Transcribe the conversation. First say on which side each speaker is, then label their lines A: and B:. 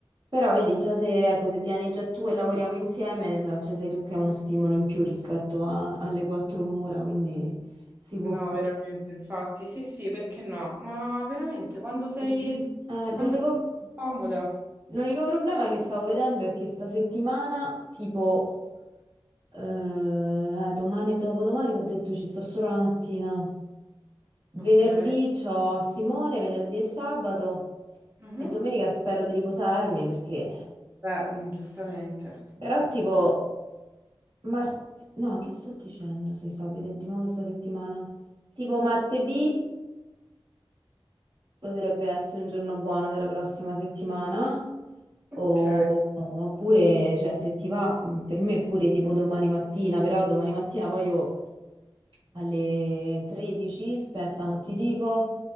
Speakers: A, on the right; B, on the right.
A: Però vedi, già se, ecco, se vieni già tu e lavoriamo insieme, no, cioè sei tu che hai uno stimolo in più rispetto a- alle quattro mura, quindi si può
B: No,
A: fare.
B: veramente, infatti, sì, sì, perché no? Ma veramente, quando sei,
A: <clears throat> Eh, l'unico...
B: quando sei comoda,
A: L'unico problema che stavo vedendo è che sta settimana, tipo, eh, eh, domani e dopodomani, ti ho detto ci sto solo la mattina.
B: ok.
A: Venerdì c'ho Simone, venerdì e sabato
B: Mhm.
A: e domenica spero di riposarmi perché...
B: Beh, giustamente.
A: Però tipo... Mart... No, che sto dicendo se sto a vedere di nuovo sta settimana? Tipo martedì... Potrebbe essere un giorno buono della prossima settimana,
B: Ok.
A: o- oppure, cioè, se ti va, mh, per me pure tipo domani mattina, però domani mattina poi io alle 13, aspetta, ma ti dico,